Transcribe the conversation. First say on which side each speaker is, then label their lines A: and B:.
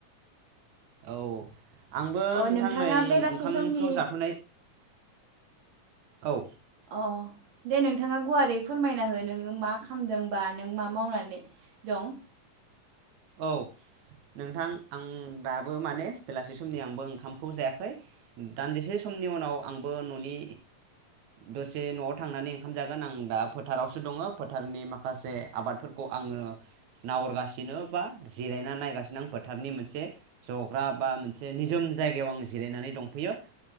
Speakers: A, on the right (about 65°); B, on the right (about 85°).
A: औ। आंबो
B: अ
A: नोंथां
B: नोंथाङा
A: नै
B: बेलासे
A: ओंखामखौ
B: समनि
A: जाथ'नाय औ।
B: अ दे नोंथाङा गुवारै फोरमायना हो नोङो मा खामदों बा नों मा मावनानै दं?
A: औ नोंथां आं दाबो माने बेलासि समनि आंबो ओंखामखौ जायाखै। दान्दिसे समनि उनाव आंबो न'नि दसे न'आव थांनानै ओंखाम जागोन आं दा फोथारावसो दङ फोथारनि माखासे आबादफोरखौ आङो नाहरगासिनो बा जिरायना नायगासिनो आं फोथारनि मोनसे जग्रा बा मोनसे निजोम जायगायाव आं जिरायनानै दंफैयो।